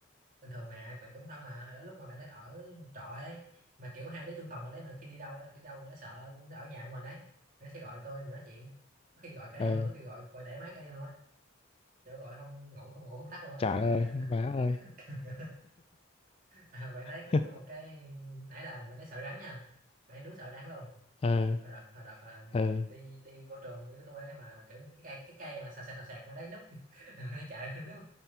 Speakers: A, on the right; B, on the left.
A: bình thường mà bạn cũng thân mà hồi đó lúc mà bạn đấy ở trọ ấy mà kiểu hai đứa chung phòng bạn đấy mà khi đi đâu ấy, đi đâu nó sợ nó ở nhà của mình ấy nó sẽ gọi tôi để nói chuyện có khi gọi cả
B: Ờ.
A: đêm luôn có khi gọi gọi để máy cả đêm luôn á kiểu gọi không ngủ không ngủ không tắt luôn á
B: trời ơi má
A: <laughs>
B: ơi
A: kiểu, kiểu à, bạn đấy kiểu
B: <laughs>
A: có một cái ấy là bạn ấy sợ rắn nha bạn ấy đúng sợ rắn luôn
B: ừ
A: hồi đợt hồi đợt à,
B: ừ
A: đi đi vô trường đi với tôi ấy mà kiểu cái cây cái cây mà sạc sạc sạc sạc mà đấy núp <laughs> rồi nó chạy <laughs> núp